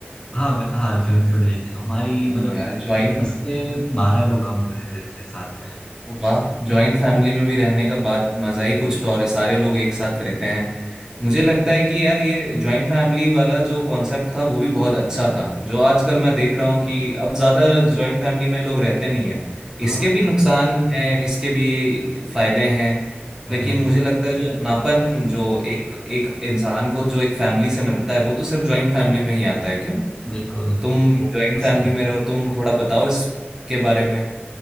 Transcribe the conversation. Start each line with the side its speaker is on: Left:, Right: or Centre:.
Left: हाँ वे- हाँ जॉइंट फैमिली थे हमारी
Right: हम्म,
Left: मतलब
Right: यार जॉइंट
Left: दस से बारह लोग हम रहे थे साथ में
Right: वाह जॉइंट फैमिली में भी रहने का बात मजा ही कुछ और है सारे लोग एक साथ
Left: <laughs>
Right: रहते हैं मुझे लगता है कि यार ये जॉइंट फैमिली वाला जो कॉन्सेप्ट था वो भी बहुत अच्छा था जो आजकल मैं देख रहा हूँ कि अब ज्यादा जॉइंट फैमिली में लोग रहते नहीं है
Left: हाँ
Right: इसके भी नुकसान हैं इसके भी फायदे हैं
Left: फायदे
Right: लेकिन मुझे लगता है जो अपनापन जो एक एक इंसान को जो एक फैमिली से मिलता है वो तो सिर्फ जॉइंट फैमिली में ही आता है क्यों
Left: बिल्कुल
Right: तुम
Left: वो बात
Right: जॉइंट
Left: तो
Right: फैमिली
Left: सही है
Right: में रहो तुम थोड़ा बताओ इसके बारे में